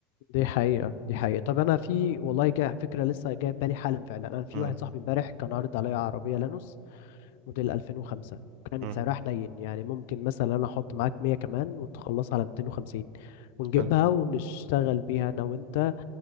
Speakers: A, on the left; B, on the right.
A: دي حقيقة دي حقيقة طب أنا في والله جاء فكرة لسه جاية في بالي حالا فعلا أنا في
B: امم
A: واحد صاحبي امبارح كان عارض عليا عربية لانوس موديل 2005 كانت
B: امم
A: سعرها حنين يعني ممكن مثلا أنا أحط معاك 100 كمان وتخلصها على 250 ونجيبها
B: حلو
A: ونشتغل بيها أنا وأنت